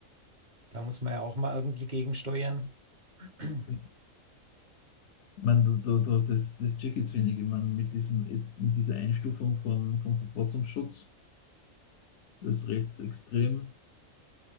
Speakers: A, on the right; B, on the left.
A: Da muss man ja auch mal irgendwie gegensteuern. <clears throat>
B: ich meine, da, da, das, das check jetzt wenig. Ich meine, mit, diesem, jetzt, mit dieser Einstufung vom, vom Verfassungsschutz als rechtsextrem